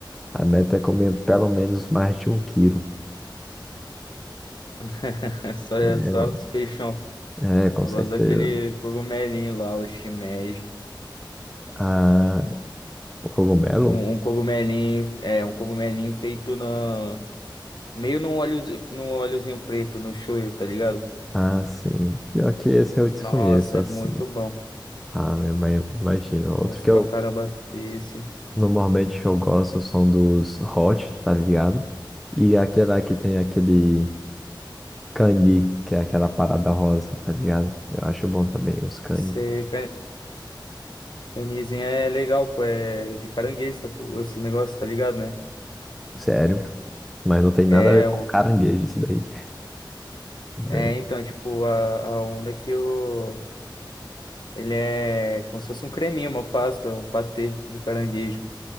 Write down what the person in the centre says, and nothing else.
A meta é comer pelo menos mais de um quilo.
É,
mano.
É, com
certeza.
Ah, o cogumelo?
Ah, sim. Pior que esse eu desconheço,
assim.
Ah, eu ima- imagino.
Outro que eu
normalmente eu gosto são dos hot, tá ligado? E aquela que tem aquele cani, que é aquela parada rosa, tá ligado? Eu acho bom também os cani.
Sério. Mas não tem
nada a ver com
caranguejo isso daí. Né?